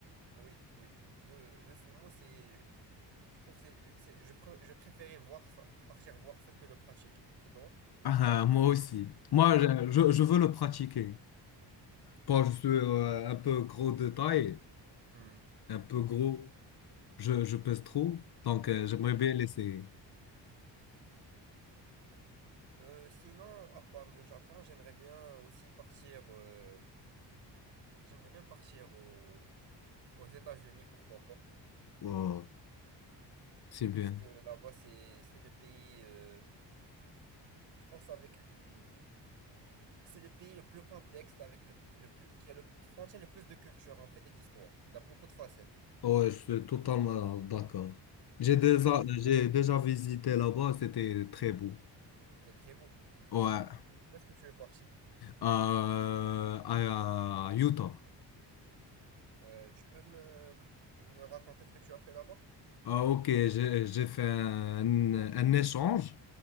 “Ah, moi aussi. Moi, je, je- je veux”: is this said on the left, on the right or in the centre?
Left